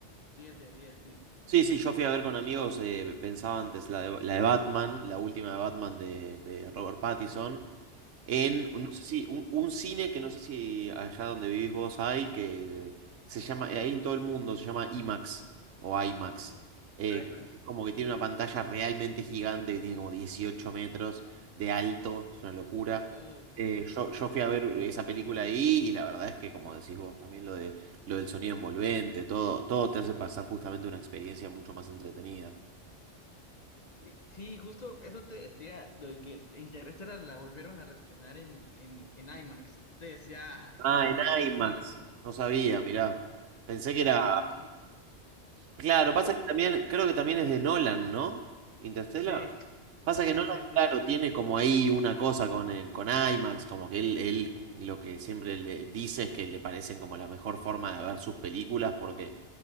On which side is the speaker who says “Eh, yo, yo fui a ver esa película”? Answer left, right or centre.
Right